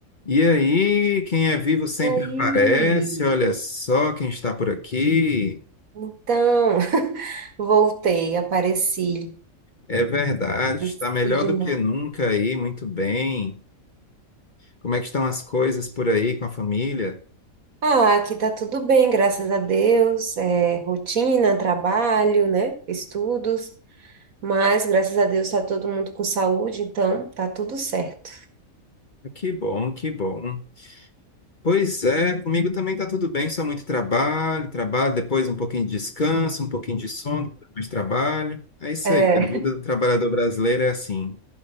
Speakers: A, on the left; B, on the right.
A: E aí, quem é vivo sempre
B: E Aí,
A: aparece. Olha só quem está por aqui.
B: então, <laughs> voltei, apareci,
A: É verdade,
B: apareci
A: está melhor
B: de
A: do
B: novo.
A: que nunca aí, muito bem. Como é que estão as coisas por aí com a família?
B: Ah, aqui tá tudo bem, graças a Deus. É, rotina, trabalho, né? Estudos, mas graças a Deus tá todo mundo com saúde, então tá tudo certo.
A: Ah, Que bom, que bom. Pois é, comigo também está tudo bem, só muito trabalho, trabalho, depois um pouquinho de descanso, um pouquinho de sono, depois mais trabalho. É isso
B: É,
A: aí, a vida do trabalhador brasileiro é assim.